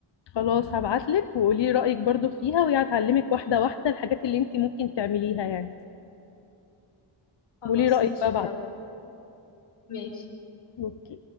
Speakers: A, on the left (about 60°); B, on the left (about 85°).
A: خلاص هبعتلك وقولي رأيك برضو فيها وهي هتعلمك واحدة واحدة الحاجات اللي انت ممكن تعمليها يعني
B: خلاص
A: قولي رأيك
B: ماشي
A: بقى بعدها
B: يلا ماشي
A: اوكي